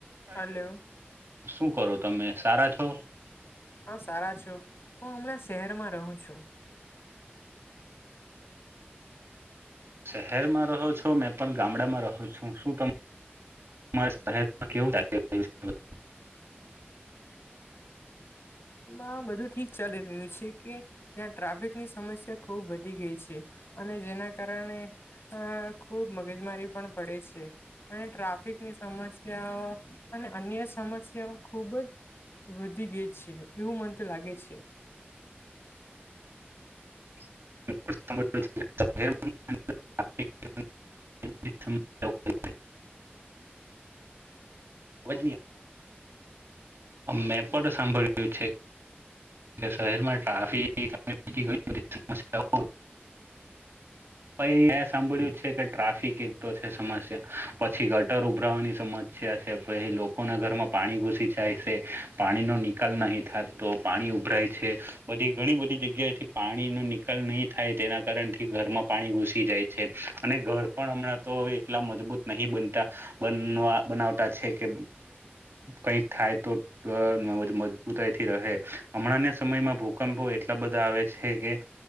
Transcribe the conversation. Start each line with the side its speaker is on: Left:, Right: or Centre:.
Right: હાલો
Left: hello
Right: શું કરો તમે સારા છો
Left: હા સારા છો હું હમણાં શહેરમાં રહું છું.
Right: શહેરમાં રહો છો મેં પણ ગામડામાં રહુ છુ શું ત મારા શહેમાં કેવું <unintelligible>
Left: એમાં બધું ઠીક ચાલી રહ્યું છે, કે ત્યાં ટ્રાફિકની સમસ્યા ખુબ વધી ગઈ છે, અને જેના કારણે અ ખુબ મગજમારી પણ પડે છે. અને ટ્રાફિકની સમસ્યાઓ અને અન્ય સમસ્યાઓ ખુબ જ વધી ગઈ છે, એવું મન તો લાગે છે.
Right: <inaudible> <inaudible> અવાજ
Left: કત
Right: નહીં
Left: થાય ને
Right: મેં પણ સાંભળ્યું છે. કે શહેરમાં ટ્રાફિક <unintelligible> સમ્યા હો પણ મે સાંભળ્યું છે કે ટ્રાફિક એક તો છે, સમસ્યા પછી ગટર ઉભરાવાની સમ સ્યા છે, એ લોકોના ઘરમાં પાણી ઘૂસી જાય છે, પાણીનો નિકાલ નહીં થાય તો પાણી ઉભરાય છે, બધી ઘણી બધી જગ્યાથી પાણીનો નિકાલ નહીં થાય તેના કારણથી ઘરમાં પાણી ઘુસી જાય છે, અને ઘર પણ હમણાં તો હવે એટલા મજબૂત નહી બનતા બનવા બનાવટા છે, કે કઈક થાય તો મજબૂતાઈ થી રહે હમણાં ના સમયમાં ભૂકંપો એટલા બધા આવે છે, કે